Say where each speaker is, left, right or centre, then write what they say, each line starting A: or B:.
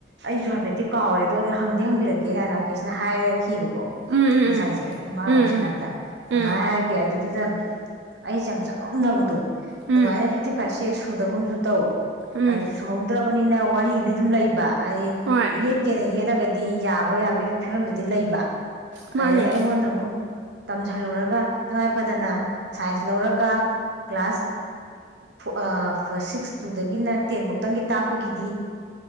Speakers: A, on the right; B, on the right.
A: ꯑꯩꯁꯨ ꯍꯥꯏꯐꯦꯠꯇꯤ ꯀꯥꯎꯔꯦ ꯑꯗꯨꯗꯣ ꯍꯪꯗꯤ ꯍꯪꯕꯤꯔꯛꯀꯦ ꯀꯥꯏꯅ ꯔꯥꯀꯦꯁꯅ ꯍꯥꯏꯔꯛꯈꯤꯕꯀꯣ
B: ꯎꯝ ꯎꯝ
A: ꯉꯁꯥꯏꯁꯦ ꯃꯥꯒꯥ
B: ꯎꯝ ꯎꯝ
A: ꯋꯥꯔꯤ ꯁꯥꯟꯅꯕꯗ
B: ꯎꯝ ꯎꯝ
A: ꯑꯗꯨꯃꯥꯏꯅ ꯍꯥꯏꯔꯛꯀꯦ ꯑꯗꯨꯗꯨꯗ ꯑꯩꯁꯦ ꯌꯥꯝ ꯆꯃꯝꯅꯕꯗꯣ
B: ꯎꯝ
A: ꯑꯗꯨꯃꯥꯏꯅ
B: ꯎꯝ
A: ꯐꯤꯐꯇꯤ ꯐꯥꯏꯚꯁꯦ ꯍꯦꯛ ꯁꯨꯗꯒꯨꯝꯁꯨ ꯇꯧ
B: ꯎꯝ
A: ꯑꯗꯨ ꯁꯨꯍꯧꯗ꯭ꯔꯕꯅꯤꯅ ꯋꯥꯔꯤꯗꯤ ꯑꯗꯨꯝ ꯂꯩꯕ ꯍꯥꯏꯗꯤ
B: ꯍꯣꯏ
A: ꯌꯦꯠꯀꯦꯅ ꯌꯦꯠꯂꯒꯗꯤ ꯌꯥꯕ ꯌꯥꯕꯒꯤ ꯐꯤꯕꯝꯗꯨꯗꯤ ꯂꯩꯕ
B: ꯃꯥꯅꯦ
A: ꯑꯗꯩ ꯑꯩꯉꯣꯟꯗ ꯑꯃꯨꯛ ꯇꯝꯁꯤꯜꯂꯨꯔꯒ ꯇꯉꯥꯏ ꯐꯗꯅ ꯁꯥꯏꯟꯁ ꯂꯧꯔꯒ ꯀ꯭ꯂꯥꯁ ꯐꯣ ꯑ ꯁꯤꯛꯁ ꯇꯨꯗꯒꯤꯅ ꯇꯦꯟꯐꯧꯇꯪꯒꯤ ꯇꯥꯛꯄꯒꯤꯗꯤ